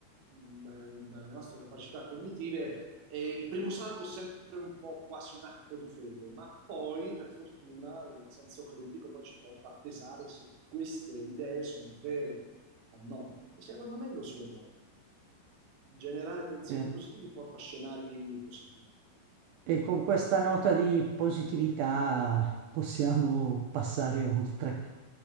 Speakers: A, on the right (about 70°); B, on the right (about 85°).
A: mh, dai- dalle nostre capacità cognitive, eh, il primo salto è sempre un po' quasi un atto di fede, ma poi, per fortuna, il senso critico poi ci porta a pesare se queste idee sono vere o no. E secondo me lo sono. In generale, pensieri
B: vero.
A: positivi porta a scenari positivi.
B: E con questa nota di positività possiamo passare oltre.